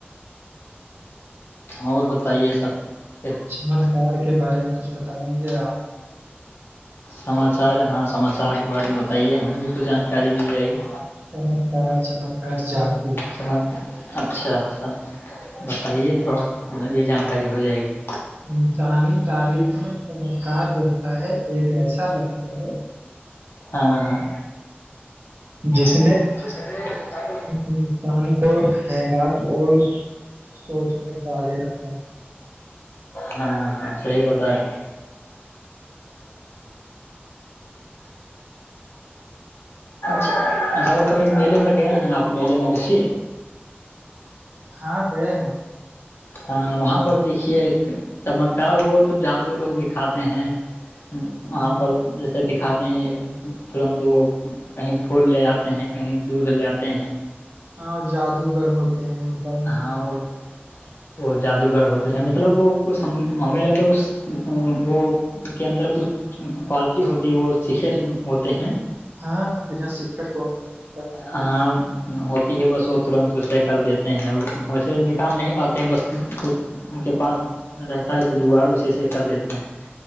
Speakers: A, on the left; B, on the right.
A: اور بتائیے سب
B: چمتکار کے بارے میں کچھ بتائیں گے آپ
A: سماچار ہاں سماچار سہار کے بارے میں بتائیے ہمیں اس کو جانکاری مل جائے گی
B: چمتکار چمت پ جارد <unintelligible>
A: جناب اچھا اچھا بتائیے تھوڑا ہمیں بھی جانکاری ہو جائے گی
B: انسانی تاریخ میں چمتکار ہوتا ہے ایک ایسا لقظ ہے
A: ہاں ہاں
B: جی سر
A: جار
B: انسان کو حیرات اور سوچ میں ڈالے رکھا ہے
A: ہاں ہاں صحی پتا ہے چ کبھی میلے میں گئے ہیں آپ میلے میں گسیے
B: ہاں ہے ہے
A: ہاں وہاں پر دیکھیے چمتکار کو توب جادو لوگ دکھاتے ہیں وہاں
B: ہاں
A: پر جیسے دکھاتا ترنت وہ کہیں پھول لے آتے ہیں کہیں دودھ لے آتے ہیں
B: ہاں وہ جادوگر ہوتے ہیں مطلب
A: ہاں وہ جادوگر ہوتے ہیں مطلب وہ کچھ ہمیں لگتا کچ وہ کے اندر کچھ کوالٹی ہوتی وہ سیکھے ہوتے ہیں
B: ہاں بنا سیکھ کر کون کر سکتا ہے
A: ہاں ہوتی ہے بس وہ ترنت اسے کر دیتے ہیں ویسے نکال نہیں پاتے بس کچھ ان کے پاس رہتا ہے کچھ جگاڑ اسی سےے کر دیتے ہیں